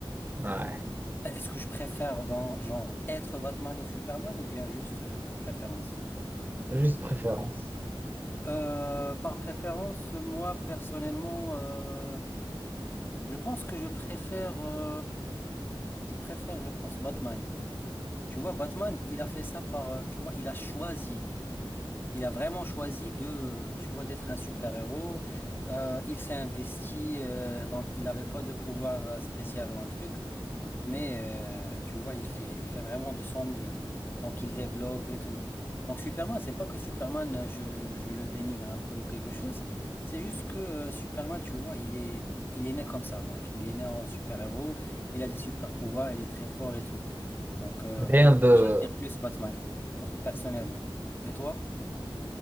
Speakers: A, on the right; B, on the left.
A: Ouais,
B: Est-ce que je préfère dans genre être Batman ou Superman ou bien juste euh, préférence?
A: juste préférence.
B: Euh, par préférence, moi personnellement, euh, je pense que je préfère, euh, je préfère, je pense Batman. Tu vois, Batman, il a fait ça par, euh, tu vois, il a choisi Il a vraiment choisi de, euh, tu vois, d'être un super-héros. Euh, il s'est investi, euh, donc il n'avait pas de pouvoir euh, spécial ou un truc, mais euh, tu vois, il fait, il fait vraiment de son mieux. Donc il développe et tout. Donc Superman, c'est pas que Superman, euh, je, je le dénigre un peu ou quelque chose. C'est juste que euh, Superman, tu vois, il est, il est né comme ça. Donc il est né en super-héros, il a des super-pouvoirs, il est très fort et tout. Donc euh,
A: Rien
B: pour moi,
A: de.
B: j'admire plus Batman, donc personnellement. Et toi?